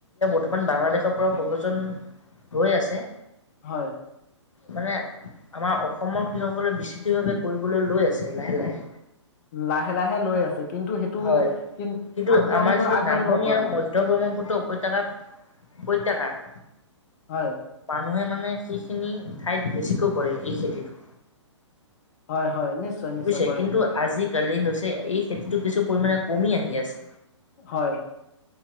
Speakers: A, on the left; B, on the left.
A: বৰ্তমান বাংলাদেশৰ পৰাও প্ৰবজন হৈ আছে।
B: হয় ।
A: মানে আমাৰ অসমৰ কৃষকসকলে বিস্তৃতভাৱে কৰিবলৈ লৈ আছে লাহে লাহে
B: লাহে লাহে লৈ আছে। কিন্তু সেইটো
A: হয়
B: কি
A: কিন্তটো
B: আগবাঢ়িব
A: আমাৰ যিটো
B: আগবাঢ়িব
A: নামনি
B: পৰা
A: আৰু
B: নাই
A: মধ্য় ব্ৰহ্মপুত্ৰ উপত্যয়কাৰ উপত্যকাৰ
B: হয় ।
A: মানুহে মানে সেইখিনি ঠাইত বেছিকৈ কৰে এই খেতিটো ।
B: হয় হয় নিশ্চয় নিশ্চয়
A: বুজছে
B: কৰে
A: কিন্তু আজিকালি হৈছে এই খেতিটো কিছু পৰি কমি আহি আছে
B: হয়